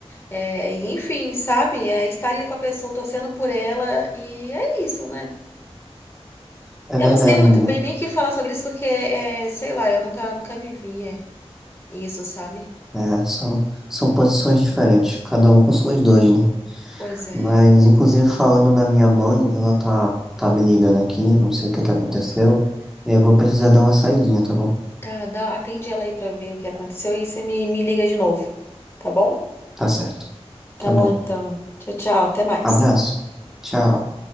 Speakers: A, on the left; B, in the centre.
A: É, e enfim, sabe? É estar ali com a pessoa, torcendo por ela, e é isso, né?
B: É
A: Eu
B: verdade,
A: não sei muito
B: amiga.
A: bem nem o que falar sobre isso, porque, é, sei lá, eu nunca, nunca vivi é, isso, sabe?
B: É, são, são posições diferentes, cada um com suas dores, né?
A: Pois é.
B: Mas, inclusive, falando na minha mãe, ela tá, tá me ligando aqui, eu não sei o que é que aconteceu. Eu vou precisar dar uma saidinha, tá bom?
A: Tá, dá, atende ela aí pra ver o que aconteceu e você me, me liga de novo, tá bom?
B: Tá certo.
A: Tá
B: Tá
A: bom,
B: bom.
A: então. Tchau, tchau, até mais.
B: Abraço. Tchau.